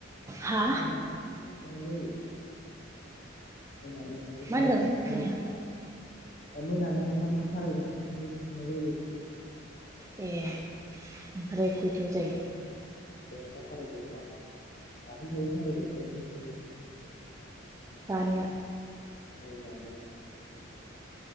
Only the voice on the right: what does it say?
हा
मा
होनदों
खोनाया
ए ओमफ्राय खयथायाव जायो
जानाया